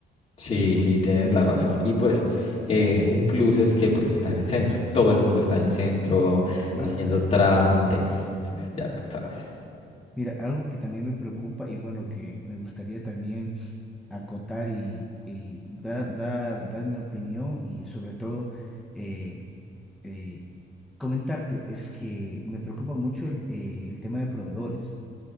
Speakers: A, on the left; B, in the centre.
A: Sí, sí, tienes la razón. Y pues eh, un plus es que pues está en el centro. Todo el mundo está en el centro
B: Exacto.
A: haciendo trámites. Entonces, ya tú sabes.
B: Mira, algo que también me preocupa y bueno, que me gustaría también acotar y, y dar, dar, dar mi opinión y sobre todo eh, eh, comentarte es que me preocupa mucho el, eh, el tema de proveedores.